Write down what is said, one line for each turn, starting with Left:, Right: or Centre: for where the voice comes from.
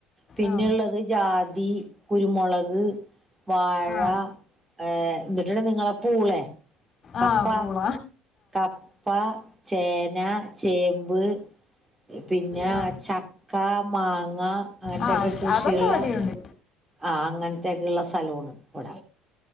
Right: പിന്നെള്ളത്
Left: ആ
Right: ജാതി കുരുമുളക് വാഴ
Left: ആ
Right: ഏഹ എന്നിട്ടുണ്ട് നിങ്ങള പൂളെ കപ്പ
Left: ആ പൂള
Right: കപ്പ ചേന ചേമ്പ് പിന്നെ
Left: ആ
Right: ചക്ക മാങ്ങ ങ്ങ അങ്ങനത്തെയൊക്കെ
Left: ആ
Right: കൃഷിയുള്ള
Left: അതൊക്കെ ഇവിടെയുണ്ട്
Right: ആ അങ്ങനത്തെയൊക്കെള്ള സ്ഥലണ് ഇവിട